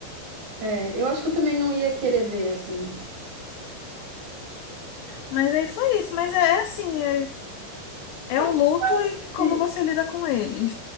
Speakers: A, on the right; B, on the left.
A: É, eu acho que eu também não ia querer ver, assim.
B: Mas aí foi isso. Mas é assim, é, é
A: Ah,
B: um luto e
A: porque-
B: como você lida com ele.